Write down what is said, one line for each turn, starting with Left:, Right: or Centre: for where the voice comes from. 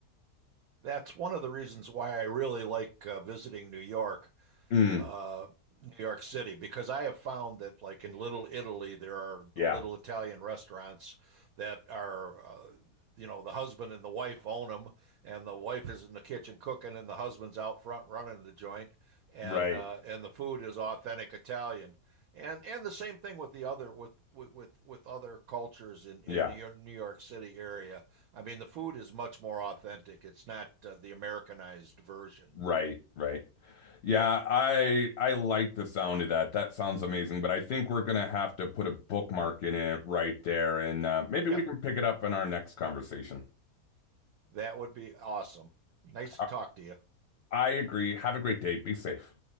Right: That's one of the reasons why I really like uh, visiting New York.
Left: Mm,
Right: uh, New York City because I have found that, like in Little Italy, there are the
Left: yeah,
Right: little Italian restaurants that are, uh, you know, the husband and the wife own them, and the wife is in the kitchen cooking, and the husband's out front running the joint, and
Left: right.
Right: uh, and the food is authentic Italian. And and the same thing with the other with with with, with other cultures in in
Left: Yeah,
Right: New York, New York City area. I mean, the food is much more authentic. It's not uh, the Americanized version.
Left: right, right. Yeah, I I like the sound of that. That sounds amazing, but I think we're gonna have to put a bookmark in it right there, and uh, maybe
Right: Yeah,
Left: we can pick it up in our next conversation.
Right: That would be awesome. Nice to
Left: I,
Right: talk to you.
Left: I agree. Have a great day. Be safe.